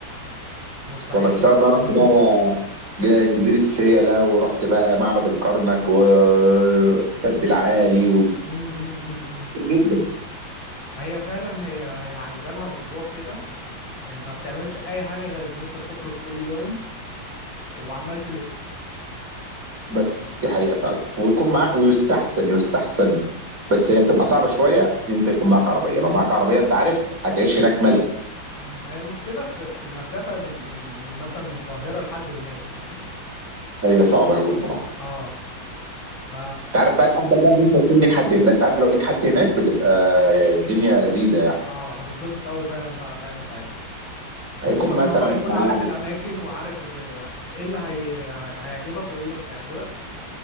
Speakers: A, on the left; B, on the right.
A: مستحيل
B: وصل لك سواء
A: <laughs> امم
B: بقى رحت بقى ج- جزيره فيلا ورحت بقى معبد الكرنك والسد العالي و...
A: امم أمم.
B: جدا
A: هي فعلا هي هي عايزه لها اسبوع كده انت ما بتعملش اي حاجه غير ان انت بتخرج كل يوم وعمال تلف
B: بس دي حقيقه فعلا ويكون معاك ويستحسن يستحسن بس هي بتبقى صعبه شويه ان انت يكون معاك عربيه لو معاك عربيه انت عارف هتعيش هناك ملك
A: أمم، هي المشكله في في المسافه من من من مثلا من القاهره لحد هناك
B: هي صعبه قوي بصراحه
A: <laughs> اه ف
B: انت عارف بقى الافضل بقى ان انت يكون ليك حد هناك. لا انت عارف لو ليك حد هناك بتبقى الدنيا لذيذه يعني
A: اه هتتبسط قوي فعلا بقى فعلا ساعتها خصوصا
B: هيكون
A: ان
B: مثلا
A: هو هيكون
B: معاه
A: عارف الاماكن وعارف إز- ايه اللي هي... هي- هيعجبك وايه اللي مش هيعجبك